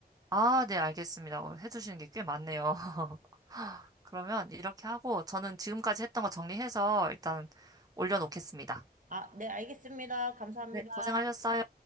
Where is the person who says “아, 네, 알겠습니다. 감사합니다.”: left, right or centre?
Right